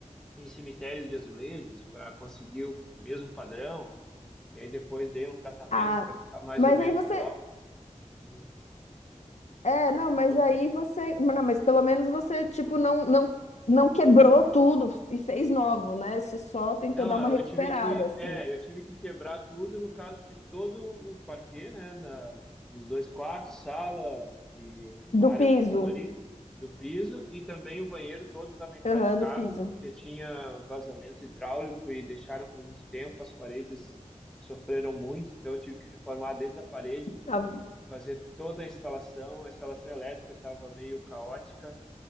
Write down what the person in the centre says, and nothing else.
em cemitérios de azulejos para conseguir o mesmo padrão. E aí depois dei um tratamento
para ficar mais
ou menos
igual. Hum,
entendeu?
Não,
eu
eu tive que,
é, eu tive que quebrar tudo no caso de todo o parquet, né, na, nos dois quartos, sala e na
área
comum ali do piso e também o banheiro todo estava impraticável
porque tinha vazamento hidráulico e deixaram por muito tempo, as paredes sofreram muito, então eu tive que reformar desde a parede,
fazer toda a instalação, a instalação elétrica estava meio caótica.